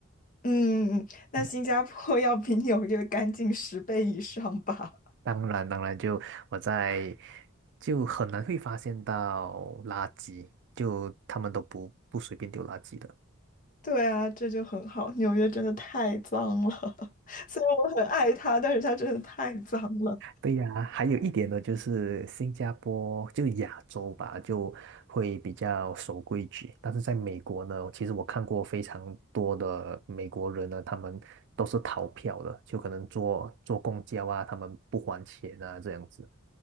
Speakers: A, on the left; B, on the right.
A: 嗯，那新加坡要比纽约干净十倍以上吧。
B: 嗯，当然，当然就我在就很难会发现到垃圾，就他们都不不随便丢垃圾的。
A: 对啊，这就很好。纽约真的太脏了，<laughs> 虽然我很爱它，但是它真的太脏了。
B: 对呀，还有一点呢，就是新加坡就亚洲吧，就会比较守规矩。但是在美国呢，其实我看过非常多的美国人呢，他们都是逃票的，就可能坐坐公交啊，他们不还钱啊，这样子。